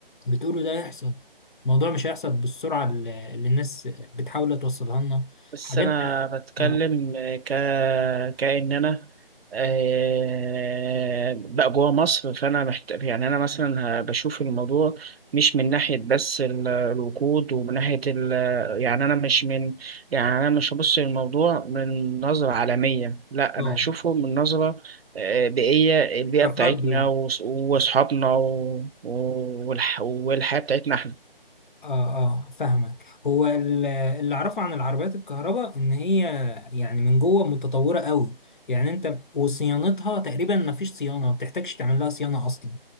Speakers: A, on the left (about 55°); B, on the right (about 80°).
A: بتقولوا ده هيحصل الموضوع مش هيحصل بالسرعه اللي اللي الناس بتحاول توصلها لنا
B: بس
A: حاجات
B: انا بتكلم
A: اه
B: ك كأن انا آه، بقى جوه مصر فانا محتاج يعني انا مثلا ه- بشوف الموضوع مش من ناحيه بس ال- الوقود ومن ناحيه ال... يعني انا مش من يعني انا مش هبص للموضوع من نظره عالميه لا
A: آه،
B: انا هشوفه من نظره آه، بيئيه البيئه
A: كفرد
B: بتاعتنا
A: يعني
B: وص- واصحابنا و... و- والح... والحياه بتاعتنا احنا
A: اه اه فاهمك هو ال- اللي اعرفه عن العربيات الكهرباء ان هي يعني من جوه متطوره قوي يعني انت وصيانتها تقريبا ما فيش صيانه ما بتحتاجش تعمل لها صيانه اصلا